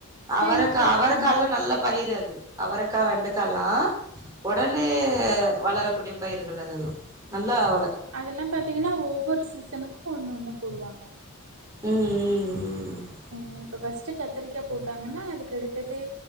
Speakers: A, on the right; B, on the right.
A: அவரக்கா
B: வீட்லயே
A: அவரக்காலா
B: பாத்தீங்கன்னா
A: நல்ல பயிரு அது அவரக்கா வெண்டக்காலா ஒடனே வளரக்கூடிய பயிர்கள் அதெல்லா நல்லா வ
B: ஆமா அதெல்லா பாத்தீங்கன்னா ஒவ்வோரு சீசனுக்கோ ஒண்ணு ஒண்ணு போடுவாங்க
A: ம் ம் ம்
B: ம் இப்ப ஃபஸ்ட்டு கத்திரிக்கா போட்டாங்கன்னா அதுக்கடுத்தது